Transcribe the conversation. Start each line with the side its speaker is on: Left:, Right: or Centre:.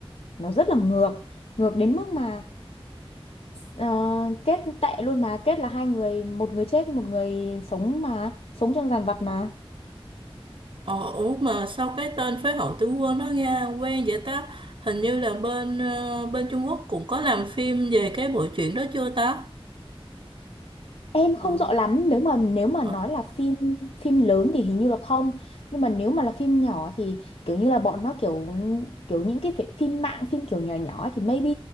Left: nó rất là ngược ngược đến mức mà ờ, kết tệ luôn mà kết là hai người một người chết một người sống mà sống trong dàn vật mà
Right: Ờ, ủa mà sao cái tên Phế Hậu Tướng Quân nó nghe quen vậy ta? Hình như là bên ờ, bên Trung Quốc cũng có làm phim về cái bộ truyện đó chưa ta?
Left: Em không
Right: Ờ,
Left: rõ lắm nếu mà nếu mà
Right: ờ.
Left: nói là phim phim lớn thì hình như là không nhưng mà nếu mà là phim nhỏ thì kiểu như là bọn nó kiểu kiểu những cái phi- phim mạng phim kiểu nhỏ nhỏ ấy thì maybe